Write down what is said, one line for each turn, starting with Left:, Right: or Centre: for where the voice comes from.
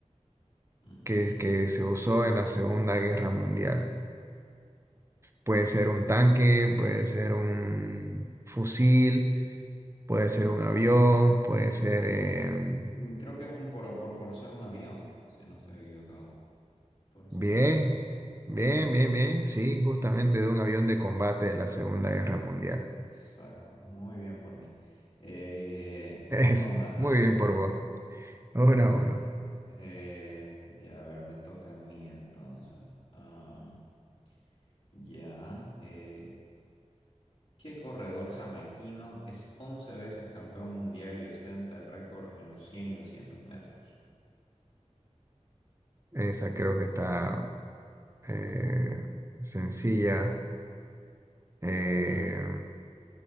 Left: Ujú.
Right: que, que se usó en la Segunda Guerra Mundial. Puede ser un tanque, puede ser un fusil, puede ser un avión, puede ser... em,
Left: Mm, Creo que es un por, por, por ser un avión, si no estoy equivocado. Por
Right: bien,
Left: ser un avión. Ujú.
Right: bien, bien, bien, sí, justamente
Left: Eh,
Right: de un avión de combate de la Segunda Guerra Mundial.
Left: Exacto, muy bien por mí. Eh,
Right: Es
Left: uno a uno entonces,
Right: muy bien
Left: vamos.
Right: por vos. Uno
Left: Excelente.
Right: a uno.
Left: Eh, ya, a ver, me toca a mí entonces. Am, ya, eh, ¿qué corredor jamaiquino es 11 veces campeón mundial y ostenta el récord en los 100 y 200 metros?
Right: Esa creo que está eh, sencilla. Eh,
Left: A ver,